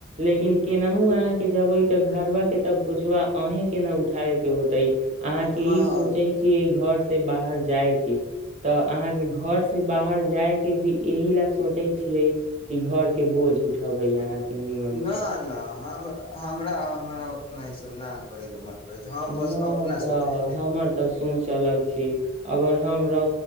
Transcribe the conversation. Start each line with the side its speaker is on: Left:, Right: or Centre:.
Right: लेकिन केनाहु अहाँके जबै त घारवा के तब बुझवा अहें के न उठाय के होते अहाँके
Left: न
Right: ई सोचै छी एहि घर से बाहर जाइ के तऽ अहाँ के घर से बाहर जाइके भी एहि ले सोचे छियै कि घर बोझ उठबै अहाँके नीमन
Left: नहि
Right: से
Left: नहि हम हमरा हमरा नहि ई सब न करय के मन करै छै हम
Right: नहि
Left: बस अपना
Right: तऽ
Left: सोचै छी
Right: हमर
Left: न
Right: तऽ सोच अलग छी अगर हम र